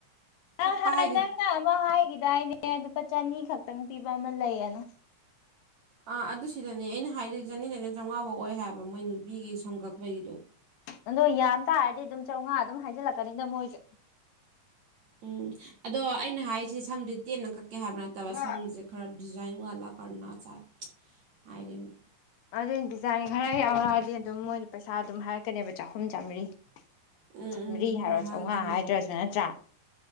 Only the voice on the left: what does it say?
ꯑ ꯍꯥ
ꯅꯪꯃ ꯍꯥꯏꯒꯗꯑꯅꯦ ꯑꯦ ꯂꯨꯄꯥ ꯆꯅꯤ ꯈꯛꯇꯪ ꯄꯤꯕ ꯑꯃ ꯂꯩꯌꯦꯅ
ꯑꯗꯣ ꯌꯥꯝ ꯇꯥꯔꯗꯤ ꯑꯗꯨꯝ ꯆꯥꯝꯃꯉꯥ ꯑꯗꯨꯝ ꯍꯥꯏꯖꯤꯜꯂꯛꯀꯅꯤꯗ ꯃꯣꯏꯁꯦ
ꯏꯃꯥ
ꯑꯗꯨ ꯗꯤꯖꯥꯏꯟ ꯈꯔ ꯌꯥꯎꯔꯛꯑꯗꯤ ꯑꯗꯨꯝ ꯃꯣꯏꯅ ꯄꯩꯁꯥ ꯑꯗꯨꯝ ꯍꯥꯏꯔꯛꯀꯅꯦꯕ ꯆꯍꯨꯝ ꯆꯥꯝꯃꯔꯤ
ꯆꯥꯝꯃꯔꯤ
ꯍꯥꯏꯔꯣ
ꯆꯥꯝꯃꯉꯥ ꯍꯥꯏꯗ꯭ꯔꯁꯨ ꯅꯠꯇ꯭ꯔꯥ